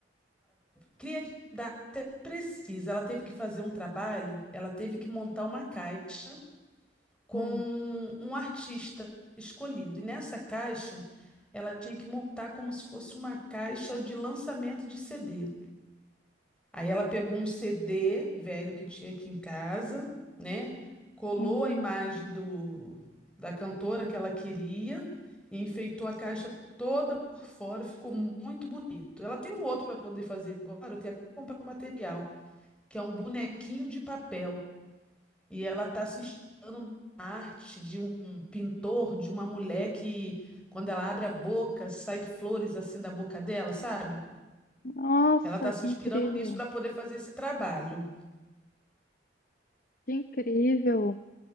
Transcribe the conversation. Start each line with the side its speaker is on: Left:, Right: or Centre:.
Centre: Criatividade até precisa. Ela teve que fazer um trabalho, ela teve que montar uma caixa com
Left: Hum,
Centre: um artista escolhido. E nessa caixa, ela tinha que montar como se fosse uma caixa de lançamento de CD. Aí ela pegou um CD velho que tinha aqui em casa, né? Colou
Left: uhum.
Centre: a imagem do, da cantora que ela queria e enfeitou a caixa toda por fora, ficou muito bonito. Ela tem um outro para poder fazer agora, eu tenho até que comprar o material que é um bonequinho de papel. E ela está se inspirando na arte de um pintor, de uma mulher que, quando ela abre a boca, sai flores assim da boca dela, sabe?
Left: Nossa,
Centre: Ela está se
Left: que
Centre: inspirando
Left: incrível,
Centre: nisso para poder fazer esse trabalho.
Left: que incrível.